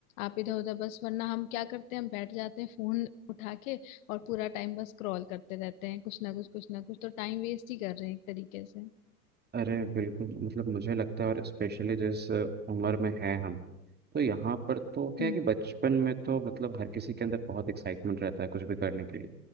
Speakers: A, on the left; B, on the right.
A: आप इधर उधर बस वरना हम क्या करते हैं हम बैठ जाते हैं फोन उठा के और पूरा टाइम बस स्क्रॉल करते रहते हैं कुछ ना कुछ कुछ ना कुछ तो टाइम वेस्ट ही कर रहे हैं एक तरीके से
B: अरे बिल्कुल मतलब मुझे लगता है और स्पेशली जिस उम्र में हैं हम तो यहाँ पर तो क्या
A: हम्म
B: है कि बचपन में तो मतलब हर किसी के अंदर बहुत एक्साइटमेंट रहता है कुछ भी करने के लिए